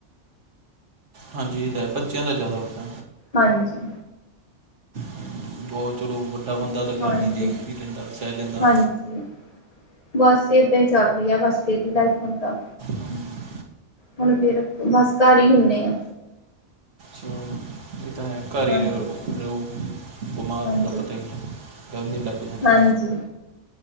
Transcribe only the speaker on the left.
ਹਾਂਜੀ
ਹਾਂਜੀ
ਹਾਂਜੀ ਬਸ ਇਦਾਂ ਹੀ ਚੱਲ ਰਹੀ ਆ ਬਸ ਇਹਦਾ ਦੀ ਹੁਣਦਾ
ਹੁਣ ਫੇਰ ਬਸ ਘਰ ਹੀ ਹੁੰਦੇ ਆ
ਹਾਂਜੀ
ਹਾਂਜੀ
ਹਾਂਜੀ